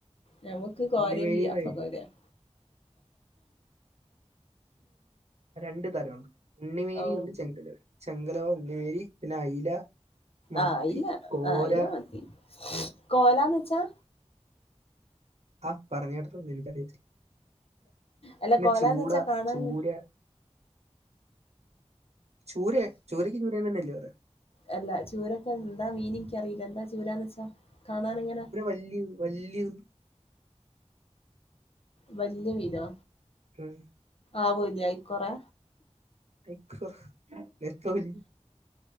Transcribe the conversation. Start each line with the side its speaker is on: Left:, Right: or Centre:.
Left: ഞമുക്ക് കോര
Right: ഉണ്ണിമേരി
Left: എം പിയാപ്പളാകൊരയും
Right: എന്നായി രണ്ടു തരമുണ്ട്. ഉണ്ണിമേരി
Left: ഓ
Right: ഉണ്ട് ചെങ്കലവ ചെങ്കലവ ഉണ്ണിമേരി പിന്നെ അയില മത്തി
Left: ആഹ അയില
Right: കോര
Left: ആഹ അയില, മത്തി കോലാന്ന് വെച്ചാ?
Right: ആഹ പറഞ്ഞ കേട്ടട്ടുണ്ട് എനിക്കറിയത്തില്ല
Left: അല്ല
Right: പിന്നെ
Left: കോലാന്ന്
Right: ചൂട
Left: വെച്ചാ കാണാൻ
Right: ചൂര ചൂര ചൂരയ്ക്ക് ചൂര തന്നെയല്ലേ?
Left: അല്ല ചൂരക്ക് എന്താ മീൻ ഇൻക്കി അറീല്ല എന്താ ചൂരാന്ന് വെച്ചാ കാണാൻ എങ്ങനാ?
Right: വല്യു വല്യത്
Left: വല്യ മീനോ?
Right: ഉം
Left: ആവോലിയോ അയ്ക്കൊറെ?
Right: ലൈക്ക് എത്ര വല്യ